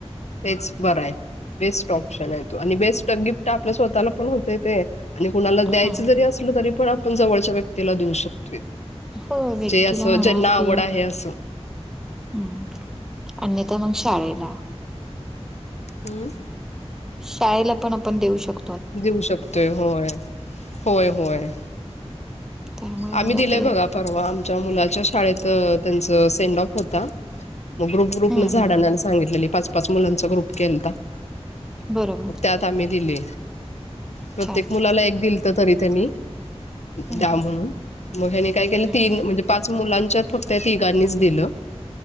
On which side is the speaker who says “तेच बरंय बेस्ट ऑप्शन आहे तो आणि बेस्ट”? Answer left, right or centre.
Left